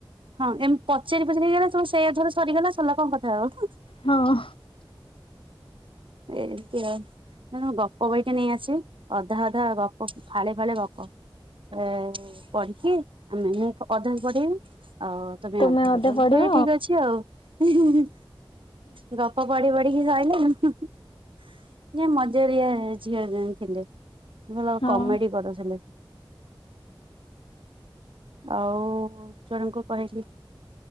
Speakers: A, on the right; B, on the left.
A: ହଁ। ଏମିତି ପଚାରି ପଚାରି ହେଇଗଲା। ତୁ ସେୟାଥରେ ସରିଗଲା। ସରିଲା କଣ କଥା ହବ?
B: ହଁ।
A: ଏମତି ଆଉ। ନାଁ ଗପ ବହିଟା ନେଇଆସିବି। ଅଧା ଅଧା ଗପ। ଫାଳେ ଫାଳେ ଗପ। ଏ ପଢିକି ଆମେମାନେ ଅଧା ପଢେଇବି। ଆଉ ତମେ
B: ତୁମେ
A: ଅଧା
B: ମତେ
A: ପଢ଼ିବ।
B: ପଢିବ
A: ମୁଁ କହିଲି ଠିକ ଅଛି ଆଉ। ହି, ହିଁ, ଗ ଗପ ପଢି ପଢିକି ସରିଲ। ମଜାଳିଆ ଝିଅ ଜଇଁ ଥିଲେ। ଭଲ
B: ହଉ
A: କମେଡି କରୁଥିଲେ। ଆଉ ଜଣଙ୍କୁ କହିଲି